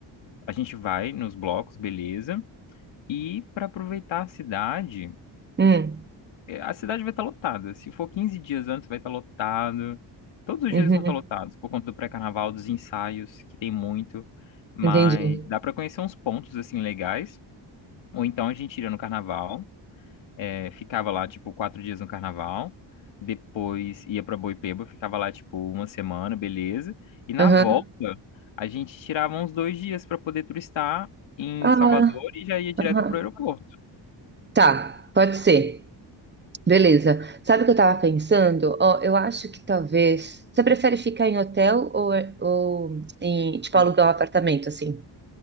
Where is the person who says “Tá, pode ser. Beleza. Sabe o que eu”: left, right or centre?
Right